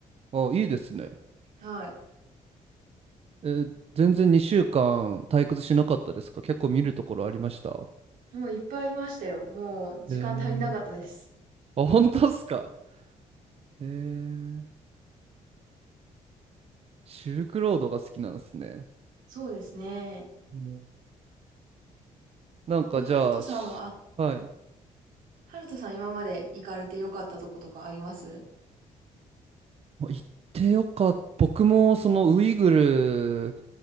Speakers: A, on the right; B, on the right.
A: あ、いいですね。
B: はい。
A: えー全然2週間退屈しなかったですか結構見るところありました。
B: もういっぱいありましたよ。もう時間足りなかったです。
A: へえーあ、本当っすかへえ。シルクロードが好きなんですね。
B: そうですね。
A: うんなんかじゃあ、
B: なんか、ハルトさんは、
A: しはい。
B: あ、ハルトさん今まで行かれてよかったとことかあります
A: まあ行ってよかった。僕もそのウイグル